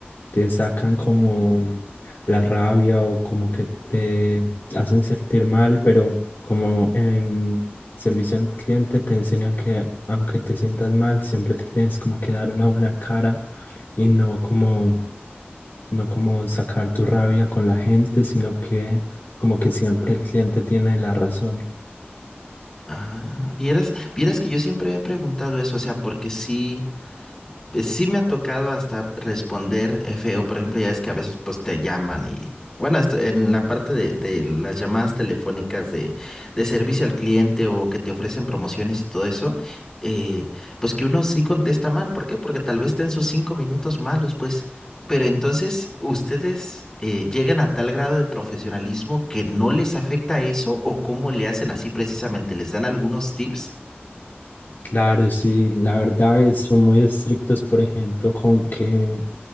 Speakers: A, on the left; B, on the left.
A: te sacan como la rabia o como que te hacen sentir mal, pero como en servicio al cliente te enseñan que aunque te sientas mal, siempre te tienes como que dar una buena cara y no como, no como sacar tu rabia con la gente, sino que como que siempre el cliente tiene la razón.
B: Ah, vieras, vieras que yo siempre me he preguntado eso, o sea, porque sí. Pues sí me ha tocado hasta responder eh, feo, por ejemplo, ya es que a veces pues te llaman y bueno, esto- en la parte de, de las llamadas telefónicas de, de servicio al cliente o que te ofrecen promociones y todo eso, eh, pues que uno sí contesta mal, ¿por qué? Porque tal vez está en sus cinco minutos malos, pues, pero entonces ustedes eh, llegan a tal grado de profesionalismo que no les afecta eso o cómo le hacen así precisamente, ¿les dan algunos tips?
A: Claro, sí, la verdad es- son muy estrictos, por ejemplo, con que